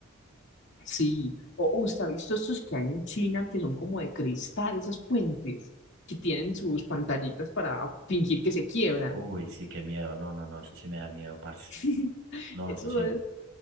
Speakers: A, on the left; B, on the right.
A: Sí, o o usted ha visto estos que hay en China que son como de cristal, esos puentes que tienen sus pantallitas para fingir que se quiebran.
B: Uy, sí, qué miedo. No, no, no, eso sí me da miedo, parce.
A: <laughs>
B: No,
A: Eso
B: eso sí,
A: es,